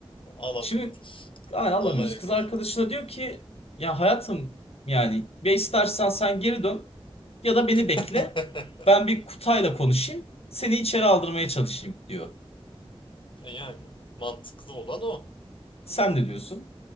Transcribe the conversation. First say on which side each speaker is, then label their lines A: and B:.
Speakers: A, on the left; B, on the left.
A: alamıyoruz.
B: Şimdi yani anlamıyoruz.
A: Olaya
B: Kız
A: gel.
B: arkadaşına diyor ki ya hayatım yani ya istersen sen geri dön ya da beni bekle.
A: <laughs>
B: Ben bir Kutay'la konuşayım. Seni içeri aldırmaya çalışayım diyor.
A: E Yani mantıklı olan o.
B: Sen ne diyorsun?